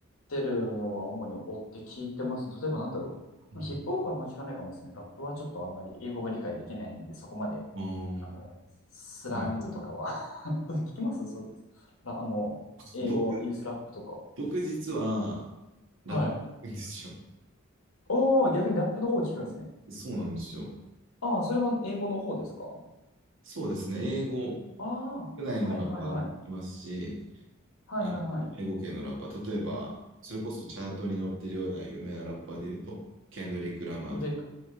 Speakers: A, on the left (about 80°); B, on the right (about 60°).
A: てるのは主に追って聞いてます。例えばなんだろう。
B: うん
A: ヒップホップはあんま聞かないかもですね。ラップはちょっとあんまり英語が理解できないんで、そこまで、
B: あー
A: あの、スラングとかは
B: はい。
A: <laughs> 聞きますそうです。あの、英語、
B: 僕、
A: ユースラップとか。
B: 僕実はラップなんですよ。
A: はい。おー、逆にラップの方を聞くんですね。
B: そうなんですよ。
A: ああ、それは英語の方ですか
B: そうですね。英語、
A: ああはいはいはい。
B: 国内のラッパーも聞きますし、
A: はいはいはい。
B: あの、英語系のラッパー。例えば、それこそチャートに載ってるような有名なラッパーで言うと、ケンドリック・ラマーとか、
A: ドレイク、